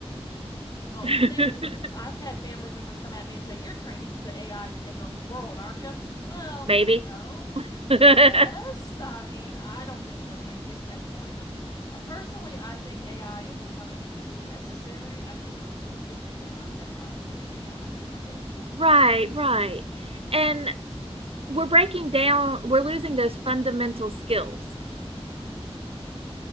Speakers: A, on the left (about 40°); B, on the right (about 60°).
A: Well,
B: <laughs>
A: the thing is, uh, I've had family members come at me and say, You're training the AI to take over the world, aren't you? Well,
B: maybe.
A: no, and
B: <laughs> right,
A: yes. I mean, I don't think it's ever going to get to that point, but uh, personally, I think AI is becoming too necessary. I think we're too dependent on technology and AI in our daily lives.
B: right. And we're breaking down, we're losing those fundamental skills.
A: hmm